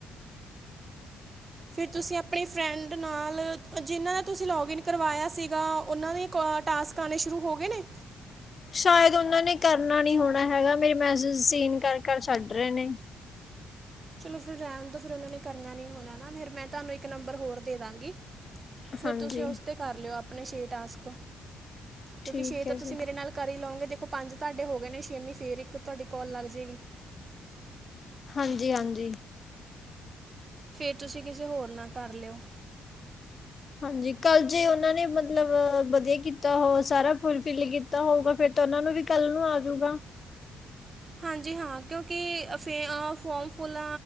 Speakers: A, on the right (about 30°); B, on the left (about 40°).
A: ਫਿਰ ਤੁਸੀਂ ਆਪਣੀ ਫਰੈਂਡ ਨਾਲ ਜਿਨਾਂ ਦਾ ਤੁਸੀਂ ਲੌਗਇਨ ਕਰਵਾਇਆ ਸੀਗਾ ਉਹਨਾਂ ਦੇ ਕਾ ਟਾਸਕ ਆਉਣੇ ਸ਼ੁਰੂ ਹੋ ਗਏ ਨੇ
B: ਸ਼ਾਇਦ ਉਹਨਾਂ ਨੇ ਕਰਨਾ ਨੀ ਹੋਣਾ ਹੈਗਾ ਮੇਰੇ ਮੈਸੇਜ ਸੀਨ ਕਰ ਕਰ ਛੱਡ ਰਹੇ ਨੇ
A: ਚਲੋ ਫਿਰ ਰਹਿਣ ਦੋ ਫਿਰ ਉਹਨਾ ਨੇ ਕਰਨਾ ਨੀ ਹੋਣਾ ਨਾ ਫਿਰ ਮੈਂ ਤੁਹਾਨੂੰ ਇੱਕ ਨੰਬਰ ਹੋਰ ਦੇ ਦਾਂਗੀ ਫੇਰ
B: ਹਾਂਜੀ
A: ਤੁਸੀਂ ਉਸ ਤੇ ਕਰ ਲਿਓ ਆਪ ਆਪਣੇ ਛੇ ਟਾਸਕ
B: ਠੀਕ
A: ਕਿਉਂਕਿ ਛੇ ਤਾਂ
B: ਹੈ
A: ਤੁਸੀਂ
B: ਜੀ
A: ਮੇਰੇ ਨਾਲ ਕਰ ਹੀ ਲਓਂਗੇ ਤ ਦੇਖੋ ਪੰਜ ਤੁਹਾਡੇ ਹੋ ਗਏ ਨੇ ਛੇਵੀਂ ਫੇਰ ਇੱਕ ਤੁਹਾਡੀ ਕੌਲ ਲੱਗ ਜੇਗੀ
B: ਹਾਂਜੀ ਹਾਂਜੀ
A: ਫੇਰ ਤੁਸੀਂ ਕਿਸੇ ਹੋਰ ਨਾਲ ਕਰ ਲਿਓ
B: ਹਾਂਜੀ ਕੱਲ ਜੇ ਉਹਨਾਂ ਨੇ ਮਤਲਬ ਵਧੀਆ ਕੀਤਾ ਹੋ ਸਾਰਾ ਫੁਲ ਫਿਲ ਕੀਤਾ ਹੋਊਗਾ ਫਿਰ ਤਾਂ ਉਹਨਾਂ ਨੂੰ ਵੀ ਕੱਲ ਨੂੰ ਆਜੂਗਾ
A: ਹਾਂਜੀ ਹਾਂ ਕਿਉਂਕਿ ਫੇ ਫੋਮ ਫੁਲ